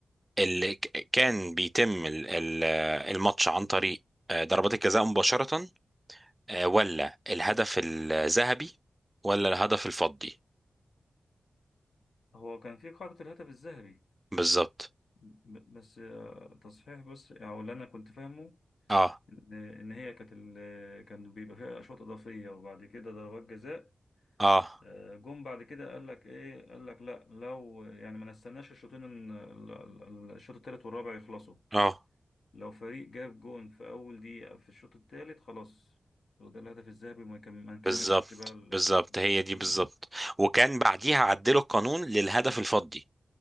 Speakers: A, on the right; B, on the left.
A: اللي ك- كان بيتم ال- ال- آه، الماتش عن طريق آه، ضربات الجزاء مباشرة آه، ولا الهدف الذهبي ولا الهدف الفضي
B: هو كان في قاعدة الهاتف الذهبي
A: بالظبط
B: ب- بس آه، تصحيح بس او اللي انا كنت فاهمه
A: اه
B: ان إن هي كانت ال- كان بيبقى فيها اشواط اضافية وبعد كده ضربات جزاء
A: اه
B: آه، جم بعد كده قال لك ايه قال لك لا لو يعني ما نستناش الشوطين إن ال- ال- ال- الشوط الثالث والرابع يخلصوا
A: اه
B: لو فريق جاب جون في اول دقيقة في الشوط الثالث خلاص هو ده الهدف الذهبي وما يكم- ما نكملش
A: بالظبط
B: بقى ال...
A: بالظبط هي دي
B: مم.
A: بالظبط وكان بعديها
B: الكو-
A: عدلوا القانون للهدف الفضي